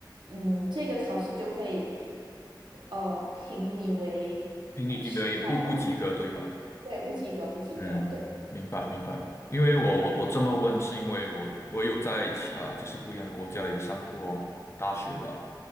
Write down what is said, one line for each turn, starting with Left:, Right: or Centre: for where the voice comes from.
Right: 嗯，这个考试就会，呃，评你为呃失败吧，
Left: 评你没有不不及格，对吧？
Right: 对，不及格，不及格，
Left: 嗯，
Right: 对。
Left: 明白明白。因为我我我这么问，是因为我我有在其啊、就是不一样的国家有上过大学吧。